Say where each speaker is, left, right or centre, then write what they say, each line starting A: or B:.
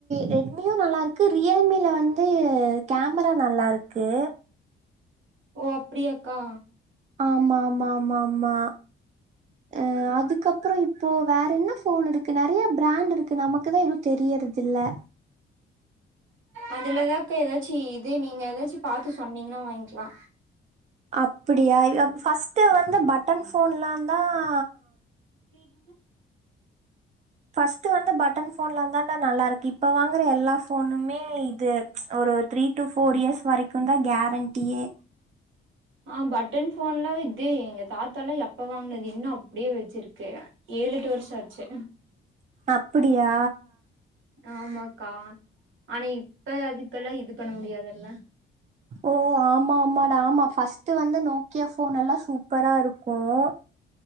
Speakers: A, on the right; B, on the right.
A: ரெட்மியூ நல்லாருக்கு ரியல்மில வந்தூ கேம்ரா நல்லாருக்கூ
B: ஓ அப்டிய கா
A: ஆமா ஆமா ஆமா ஆம்மா அஹ அது இதுக்கப்புறோ இப்போ வேற என்னஸ் ஃபோன் இருக்கு நெறயே பிராண்ட் இருக்கு நமக்குதா எரு தெரியற்தில்லே
B: அதுலதாக்க ஏதாச்சீ இது நீங்க எதாச்சு பாத்து சொன்னிங்னா வாங்க்கிலா
A: அப்பிடியா இதுதான் ஃபர்ஸ்ட் வந்து பட்டன் போன்ல்லான் தான் ஆ
B: என <inaudible>
A: பஸ்ட்டு வந்து பட்டன் போன்லன்ளா தான்டான் நல்லா இருக்கி இப்ப வாங்குற எல்லாப் போனும்மே இது ஒரு த்ரீ டூ ஃபோர் இயர்ஸ் வரைக்கும் தான் கேப் வண்ட்டியே
B: ஆஹ் பட்டன் போன்லா இத்தூ எங்க தாத்தால்லா எப்ப வாங்னது இன்னூ அப்படியே வெச்சிருக்கு ஏழு எட்டு வருஷ்ஷோ ஆச்சு
A: அப்படியா
B: ஆமாக்கா ஆனா இப்ப அதுக்கெல்லாம் இது பண்ண முடியாதுல்ல
A: ஓ ஆமா ஆமாட ஆமா ஃபஸ்ட்டு வந்து நோக்கியா இப்போ நல்லாம் சூப்பராக இருக்கும்